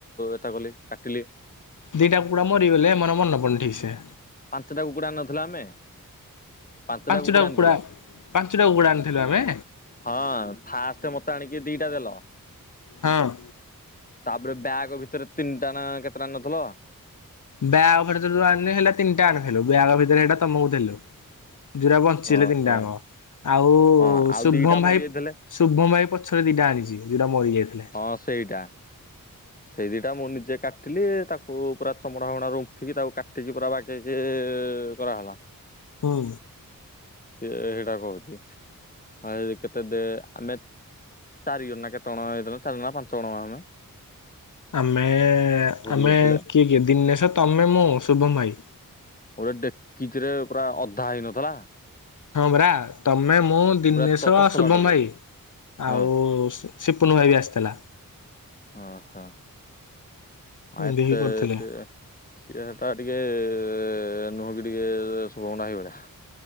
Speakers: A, on the left; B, on the left.
A: ଏତା କଲି କାଟିଲି।
B: ଦିଟା କୁକୁଡ଼ା ମରିଗଲେ ମୋର ମନ ପଡୁନି ଠିକ୍ ସେ।
A: ପାଞ୍ଚେଟା କୁକୁଡ଼ା ଆନ୍ ନଥିଲେ ଆମେ। ପାଞ୍ଚଟା
B: ପାଞ୍ଚେଟା
A: କୁକୁଡା
B: କୁକୁଡ଼ା
A: ଆଣିଥିଲ
B: ପାଞ୍ଚେଟା କୁକୁଡ଼ା ଆଣିଥିଲୁ ଆମେ।
A: ହଁଅଁ, ଫାଷ୍ଟେ ମତେ ଆଣିକି ଦିଟା ଦେଲ।
B: ହଁଅଁ।
A: ତାପେରେ ବ୍ୟାଗ୍ ଭିତେରେ ତିନଟା କେତେ ଟା ଆଣ୍ ନଥେଲ।
B: ବ୍ୟାଗ୍ ଭିତୁରୁ ଆଣିଲି ହେଲେ ତିନଟା ଆଣିଥିଲୁ ବ୍ୟାଗ୍ ଭିତରେ ହେଟା ତମୁକୁ ଦେଲୁ। ଝୁରା ବଞ୍ଚିଲେ
A: ଓହୋ।
B: ତିନଟା ଆଙ୍କ ଆଉ
A: ହଁ
B: ଉ
A: ଆଉ
B: ଶୁଭମ୍
A: ଦିଟା ମରିଯାଇଥିଲେ
B: ଭାଇ ଶୁଭମ୍ ଭାଇ ପଛରେ ଦିଟା ଆଣିଚି ଯୁରା ମରି ଯାଇଥିଲେ।
A: ହଁ ସେଇଟା। ସେଇ ଦିଟା ମୁଁ ନିଜେ କାଟିଲି। ତାକୁ ପୁରା ଥୋମଣା ହୋମଣା ରୁମ୍ଫିକି ତାକୁ କାଟିକି ପୁରା ବା ସେଯେ କରାହେଲା।
B: ଓଃ।
A: ସିଏ ହେଇଟା କୋହୁଚି, ଆ ଏ କେତେ ଦେ ଆମେ ଚାରିଗନ ନା କେତଗଣ ଆଇଥେଲ ଚାରନା ପାଞ୍ଚଜଣ ଆମେ।
B: ଆମେ
A: ଭୋଜି
B: ଆମେ
A: କରିଥିଲେ।
B: କିଏ କିଏ ଦିନେଶ ତମେ ମୁଁ ଶୁଭମ୍ ଭାଇ।
A: ଗୋଟେ ଡେକିଚିରେ ପୁରା ଅଧା ହେଇନଥେଲା।
B: ହଁ ବରା ତମେ ମୁଁ ଦିନେଶ,
A: ଏ ପୁରା ତ ତସଲା
B: ଶୁଭମ
A: ଟା ଯୋଉ
B: ଭାଇ
A: ହଁ।
B: ଆଉ ସିପୁନୁ ଭାଇ ବି ଆସଥେଲା।
A: ହଁ ହଁ। ଆଏ
B: ଏମିତି ହେଇକି
A: ତେ
B: କରିଥିଲେ।
A: ସିଏ ଟିକେ ହେଟା ଟିକେ ଏ ଏ ନୁହଁକି ଟିକେ ଶୁଭମ୍ ନାଇଁ ଭଳିଆ।